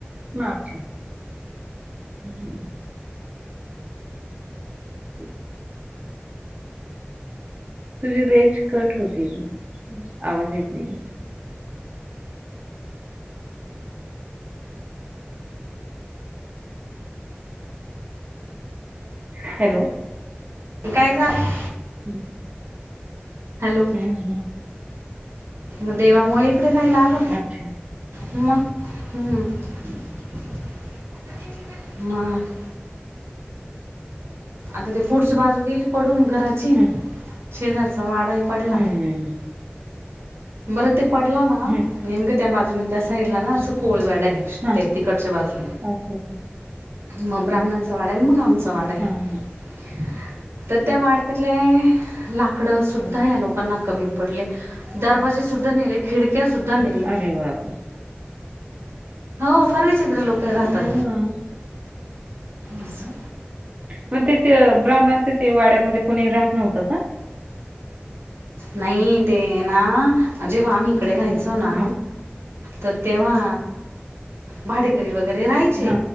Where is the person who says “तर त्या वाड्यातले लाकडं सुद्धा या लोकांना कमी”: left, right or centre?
Right